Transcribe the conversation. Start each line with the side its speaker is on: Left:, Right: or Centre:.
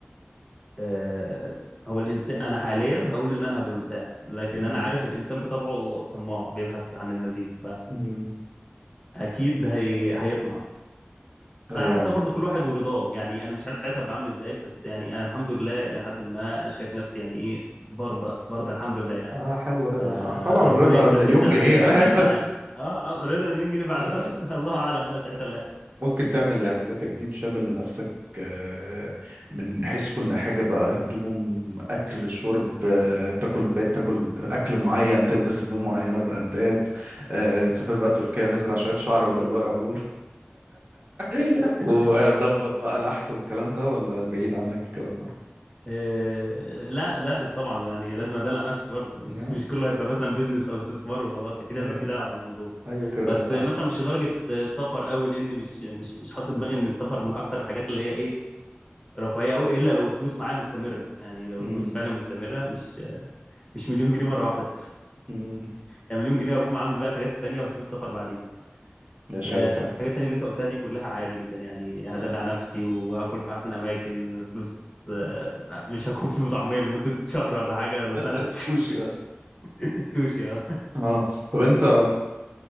Left: آه، هو الانسان انا حاليا هقول ان انا هبقى مرتاح لكن
Right: أمم.
Left: انا عارف الانسان بطبعه طماع بيبحث عن المزيد
Right: أمم.
Left: فاكيد هي... هيطمع
Right: آه
Left: بس على
Right: يعني
Left: حسب برضو كل واحد ورضاه يعني انا مش عارف ساعتها هبقى عامل ازاي بس يعني انا الحمد لله الى حد ما شايف نفسي يعني ايه برضى برضى الحمد لله يعني
Right: اه حلو رضا
Left: فربنا
Right: الح- طبعا رضا
Left: <laughs> يثبتني
Right: مليون
Left: على
Right: جنيه
Left: كده
Right: <laughs>
Left: رضا
Right: انا
Left: اهم حاجه اه آه، رضا مليون جنيه بعدها
Right: أيوة.
Left: بس <laughs> الله اعلم بقى ساعتها اللي
Right: ممكن تعمل يعني زي تجديد شامل لنفسك آه، من حيث كل حاجة بقى هدوم أكل شرب آه، تاكل بيت تاكل أكل معين تلبس هدوم معينة براندات آه، تسافر بقى تركيا نزرع شوية شعر بدل اللي وقعوا دول <laughs>
Left: هيحصل
Right: وظبط بقى نحت والكلام ده ولا بعيد عنك الكلام ده؟
Left: إيه، لا لا طبعا يعني لازم ادلع نفسي برضه <laughs>
Right: يا-
Left: مش مش كله هيبقى مثلا بيزنس او استثمار وخلاص اكيد
Right: أيوه
Left: هيبقى في دلع في الموضوع
Right: أيوه كده
Left: بس
Right: دلعني
Left: مثلا مش لدرجه سفر قوي لان مش مش مش حاطط دماغي ان السفر من اكتر الحاجات اللي هي ايه رفاهيه قوي الا لو الفلوس معايا مستمره يعني لو
Right: أمم،
Left: الفلوس فعلا مستمره مش مش مليون جنيه مره واحده
Right: أمم،
Left: يعني مليون جنيه اقوم عامل بقى الحاجات التانيه واسيب السفر بعدين
Right: مش
Left: آه،
Right: عارف
Left: الحاجات
Right: <laughs>
Left: التانيه اللي انت قلتها دي كلها عادي جدا يعني هدلع نفسي وهاكل في احسن اماكن فلوس آه، مش هاكل فول وطعميه لمده شهر ولا حاجه ولا سنه
Right: السوشي بقى
Left: <laughs> سوشي اه
Right: اه طب انت